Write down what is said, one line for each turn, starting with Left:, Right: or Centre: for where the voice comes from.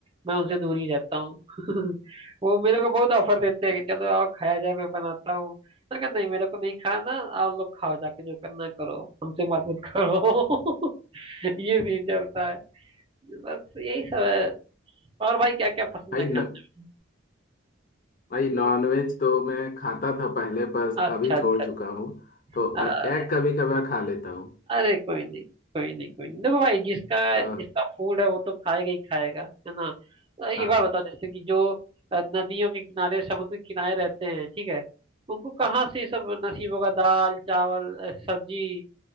Right: मैं उनसे दूर ही रहता हूँ <laughs> वो मेरे को बहुत ऑफर देते हैं कि चलो आओ खाया जाए मैं बनाता हूँ मैं कहा नहीं मेरे को नहीं खाना आप लोग खाओ जाके जो करना करो हमसे बात मत करो <laughs> ये सीन चलता है बस यही सब है और भाई क्या क्या पसंद
Left: भाई
Right: है खाने
Left: न, भाई नॉनवेज तो मैं खाता था पहले पर
Right: में अच्छा
Left: अभी
Right: अच्छा
Left: छोड़ चुका हूँ
Right: अच्छा।
Left: तो एग कभी कभार खा लेता हूँ
Right: अरे कोई नहीं कोई नहीं कोई नहीं देखो भाई जिसका
Left: अ,
Right: जिसका फूड है वो तो खाएगा ही खाएगा है ना अ, एक
Left: हाँ
Right: बार बताओ जैसे कि जो अ, नदियों के किनारे समुद्र के किनारे रहते हैं ठीक है उनको कहाँ से ये सब नसीब होगा दाल चावल अ, सब्जी